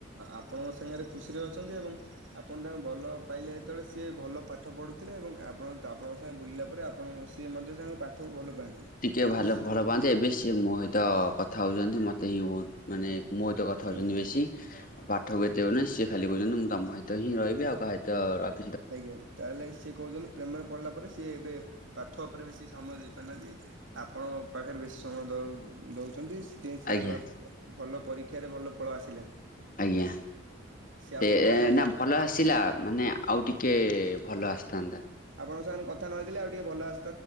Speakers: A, on the right (about 75°); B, on the left (about 40°).
A: ଆପଣଙ୍କ ସାଙ୍ଗରେ ଖୁସିରେ ଅଛନ୍ତି ଏବଂ ଆପଣ ତାଙ୍କୁ ଭଲ ପାଇଲେ ଯେତେବେଳେ ସିଏ ଭଲ ପାଠ ପଢ଼ୁ ଥିଲେ ଏବଂ ଆପଣ ଆପଣଙ୍କ ସାଙ୍ଗେ ବୁଲିଲା ପରେ ଆପଣ ସିଏ ମଧ୍ୟ ତାଙ୍କ ପାଠକୁ ଭଲ ପାଆନ୍ତି।
B: ଟିକେ
A: କିନ୍ତୁ
B: ଭଲ ଭଲ ପାଆନ୍ତି ଏବେ ସିଏ ମୋ ସହିତ କଥା ହୋଉଚନ୍ତି ମତେ ହିଁ ବୋହୁତ୍ ମାନେ ମୋ ସହିତ କଥା ହୋଉଚନ୍ତି
A: ଆଜ୍ଞା
B: ବେଶୀ ପାଠକୁ
A: ହଁ
B: ଏତେ ଆଉ ହୋଉନି ସିଏ ଖାଲି କୋହୁଚନ୍ତି ମୁଁ ତମ ସହିତ ହିଁ ରିହିବି ଆଉ କାହା ସହିତ ର
A: ଆଜ୍ଞା ତାହେଲେ ସିଏ କୋହୁଚନ୍ତି ପ୍ରେମରେ ପଢିଲା ପରେ ସିଏ ଏବେ ପାଠ ଉପରେ ବେଶି ସମୟ ଦେଇପାରୁନାହାନ୍ତି ଆପଣଙ୍କ ପାଖରେ ବେଶୀ ସମୟ ଦଉ ଦୋଉଚନ୍ତି। ସି ପାଇଁ ସ୍ୟାଙ୍ଗରେ
B: ଆଜ୍ଞା
A: ଭଲ ପରୀକ୍ଷାରେ ଭଲ ଫଳ ଆସିଲାନି।
B: ଆଜ୍ଞା
A: ସିଏ
B: ସେ
A: ଆପଣଙ୍କ ସାଙ୍ଗେ ନ
B: ନା ଭଲ ଆସିଲା ମାନେ ଆଉ ଟିକେ କେ ଭଲ ଆସିଥାନ୍ତା।
A: ଆପଙ୍କ ସାଙ୍ଗ କଥା ନଥିଲେ ଆଉ ଟିକେ ଭଲ ଆସି